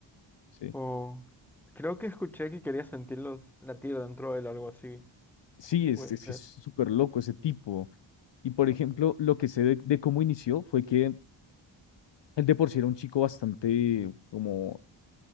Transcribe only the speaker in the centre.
Oh. Creo que escuché que quería sentirlos latir dentro de él, algo así.
Puede
ser.